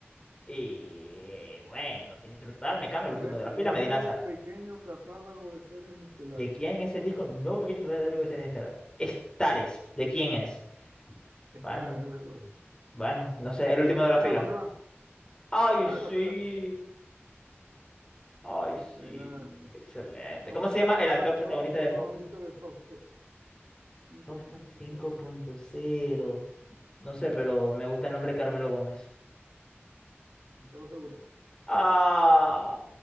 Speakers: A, on the left; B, on the right.
A: y eh, bueno, Siniestro Total, Mecano, el
B: Nue-
A: último de la fila,
B: nuevo
A: Medina Zara.
B: pequeño catálogo de seres estelares.
A: ¿De quién es el disco Nuevo Pequeño Catálogo de Seres Estelares? Estares, ¿de quién es?
B: Estares
A: Bueno,
B: es la cosa.
A: bueno, no sé, el último de
B: Acá
A: la fila.
B: no será.
A: Ay,
B: Ay,
A: sí.
B: la pegaste.
A: Ay,
B: La
A: sí,
B: pegaste.
A: excelente.
B: ¿Cómo
A: ¿Cómo se
B: se llama
A: llama el actor
B: el actor
A: protagonista
B: protagonista
A: de Fausto, c-
B: de Fausto Cinco
A: Fausto
B: punto
A: cinco
B: cero.
A: punto cero. No sé, pero me gusta el nombre Carmelo Gómez.
B: Santiago Segura.
A: Ah,